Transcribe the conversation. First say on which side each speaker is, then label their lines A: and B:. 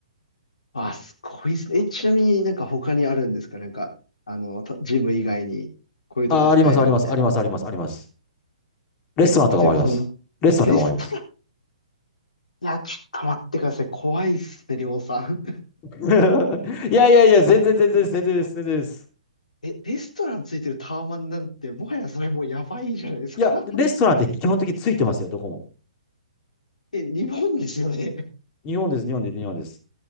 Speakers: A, on the left (about 85°); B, on the left (about 30°).
A: あ、すごいっすね。え、ちなみになんか他にあるんですかなんか、あの、たジム以外にこういうとこ使えるみたいな。
B: あ、あります、あります、あります、あります、あります。レストランとかもあります。
A: え、例えばどん、
B: レストランとかもあります。
A: レストラン、いや、ちょっと待ってください。怖いっすね、りょうさん。
B: <laughs> いやいやいや、全然全然です、全然です、全然です。
A: <laughs> え、レストランついてるタワマンなんて、もはやそれもうやばいじゃないですか。
B: いや、
A: <laughs>
B: レストランって基本的についてますよ、どこも。
A: え、日本ですよね。
B: 日本です、日本です、日本です。